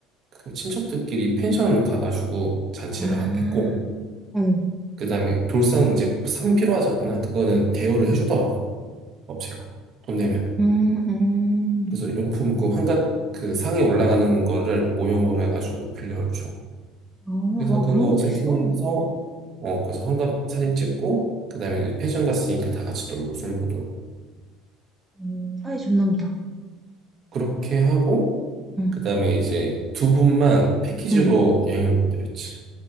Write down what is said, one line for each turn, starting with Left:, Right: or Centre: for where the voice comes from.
Right: 그 친척들끼리 펜션 가가지고 잔치를
Centre: 아,
Right: 하- 했고,
Centre: 응.
Right: 그 다음에 돌상 이제 상 필요하잖아. 그거는 대여를 해주더라고, 업체가. 돈 내면.
Centre: 음, 음.
Right: 그래서 용품 그 환갑 그 상에 올라가는 거를 모형으로 해가지고 빌려줘.
Centre: 어,
Right: 그래서
Centre: 와,
Right: 그거
Centre: 그런 것도
Right: 세팅해서
Centre: 있어.
Right: 어 거기서 환갑 사진 찍고 그다음에 이제 패션 갔으니까 다 같이 놀고 술 먹고 놀고
Centre: 음, 사이 좋나 보다.
Right: 그렇게 하고
Centre: 응,
Right: 그다음에 이제 두 분만 패키지로
Centre: 응.
Right: 여행을 보내드렸지.